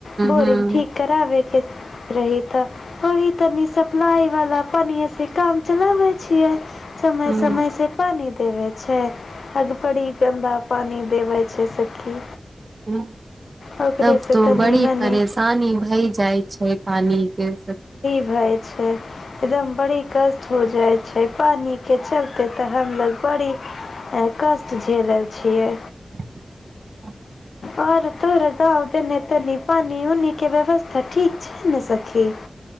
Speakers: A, on the left (about 80°); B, on the right (about 45°).
A: बोरिंग
B: हुँ
A: ठीक कराबेके रह त ओहि तनी सप्लाई वाला पनीयै काम चलाबै छियै समय
B: हुँ
A: समयसँ पानि देबै छै अग बड़ी गन्दा पानि देबै छै सखी
B: हू
A: ओकरे
B: तब
A: से
B: तो
A: त
B: बड़ी
A: निमन
B: परेशानी भई जाय छै पानी के स
A: रहै छै एकदम बड़ी कष्ट हो जाइ छै पानिके चलते तऽ हमलोग बड़ी कष्ट झेलल छियै
B: ह <unintelligible>
A: आओर त रह त दे ने तनी <unintelligible> पानि उनिके व्यवस्था ठीक छै ने सखी